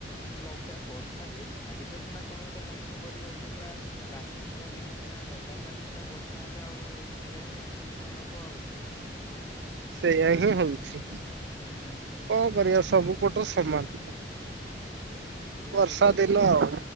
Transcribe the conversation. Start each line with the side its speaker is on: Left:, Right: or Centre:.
Left: ଲଗା ବର୍ଷା ଟିକେ ଛାଡିଲେ ସିନା କଣ ଗୋଟେ ମଣିଷ କରିବ ସେ ପୁରା ରାତି ସାରା ଦିନ ସାରା ଲଗାତ ତାରି ପୁରା ବର୍ଷା ହେଲେ ଆଉ ସେଇଆ ହିଁ ଅସୁବିଧା ହବ ଆଉ।
Right: ସେଇୟା ହିଁ ହଉଛି,
Left: ହୁଁ
Right: କଁ କରିବା ସବୁ ପଟ ସମାନ।
Left: ସେ
Right: ବର୍ଷା
Left: ଆଉ ଯେହେତୁ
Right: ଦିନ
Left: ଲ
Right: ଆଉ।